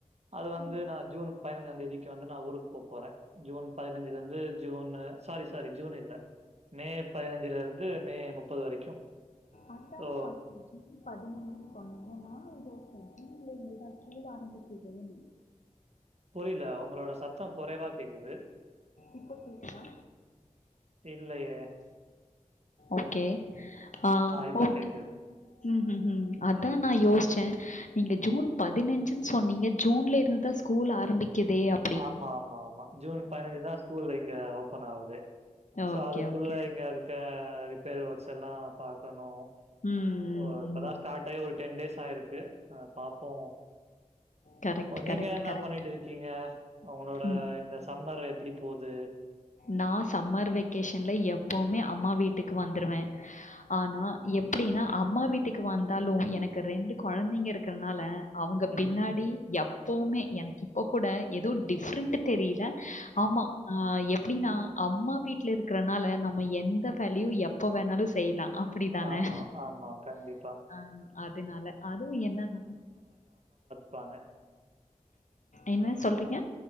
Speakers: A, on the right; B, on the left.
A: அது வந்து
B: ம்.
A: நா ஜூன் பதினைஞ்சா தேதிக்கு வந்து நா ஊருக்கு போ போப்போறே ஜூன் பதினைஞ்சுல இருந்து ஜூன்னு சாரி சாரி ஜூன் இல்ல மே பதினஞ்சுல இருந்து மே முப்பது வரைக்கு
B: அதான
A: சோ
B: பாத்தே ஜூன் பதினஞ்சுன்னு சொன்னீங்க நானு யோசிச்சே ஜூன்ல இருந்துதா ஸ்கூல் ஆரம்பிக்குதேன்னு
A: புரியல உங்களோட சத்த குறைவா கேக்குது
B: இப்போ கேக்குதா
A: இல்லையே
B: ஓகே ஆ
A: இப்ப
B: ஓகே
A: கேக்குது
B: ம் ம் ம் அதா நா யோச்சே நீங்க ஜூன் பதினஞ்சுன்னு சொன்னீங்க ஜூன்ல இருந்து ஸ்கூல் ஆரம்பிக்குதே அ
A: ஆமா ஆமா ஆமா ஜூன் பதினஞ்சு தா ஸ்கூல் இங்க ஓபன் ஆகுது சோ
B: ஓகே,
A: அதுக்குள்ள
B: ஓகே.
A: இங்க இருக்க ரிப்பேர் ஒர்க்ஸ் எல்லா பாக்கணு
B: ம் ம்
A: ஓ இப்பதா
B: ம்.
A: ஸ்டார்ட் ஆயி ஒரு டென் டேஸ் ஆயிருக்கு அ பாப்போ
B: கரெக்ட்,
A: ஓ நீங்க
B: கரெக்ட்,
A: என்ன
B: கரெக்ட்.
A: பண்ணிட்டு இருக்கீங்க உங்களோட
B: ம்.
A: இந்த சம்மர் எப்படி போது
B: நா சம்மர் வெக்கேஷன்ல எப்பவுமே அம்மா வீட்டுக்கு வந்துருவே ஆனா எப்படின்னா
A: ம்
B: அம்மா வீட்டுக்கு வந்தாலு எனக்கு ரெண்டு கொழந்தைங்க இருக்கிறதுனால அவுங்க பின்னாடி
A: ம்
B: எப்பவுமே எனக்கு இப்ப கூட எதோ டிஃப்ரெண்ட்டு தெரியல ஆமா ஆ எப் ப்படின்னா அம்மா வீட்ல இருக்கறனால நம்ம எந்த வேலையு எப்ப வேணாலு செய்யலா அப் படித்தான
A: ஆமா, ஆமா. கண்டிப்பா.
B: அ அதனால அதுவு என்னன்னா
A: ப்பாங்க
B: என்ன சொல்றீங்க